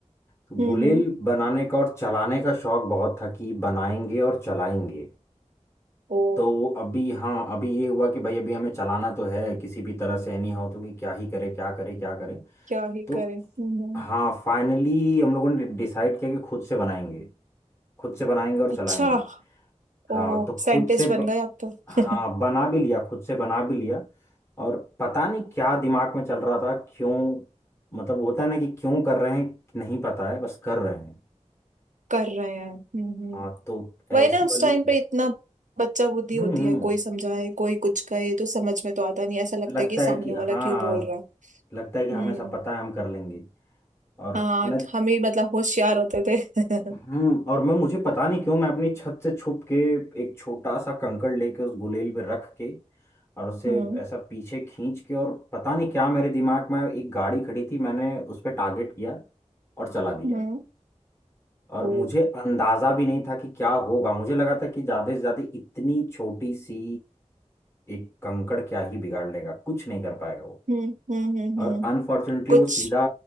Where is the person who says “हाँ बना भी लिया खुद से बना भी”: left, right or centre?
Left